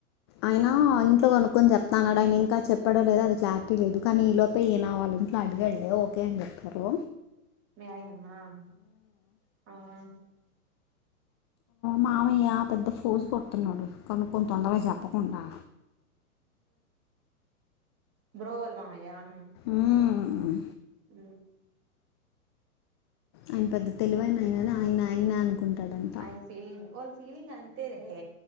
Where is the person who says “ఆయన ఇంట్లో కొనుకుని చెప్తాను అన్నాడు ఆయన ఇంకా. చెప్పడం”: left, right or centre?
Left